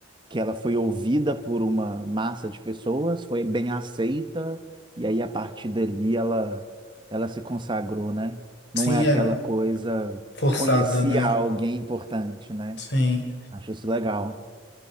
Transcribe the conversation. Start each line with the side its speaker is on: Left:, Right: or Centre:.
Right: que ela foi ouvida por uma massa de pessoas, foi bem aceita, e aí a partir dali ela, ela se consagrou, né? Não
Left: Sim,
Right: é aquela
Left: é
Right: coisa,
Left: forçada,
Right: conhecia
Left: né?
Right: alguém importante, né?
Left: Sim.
Right: Acho isso legal.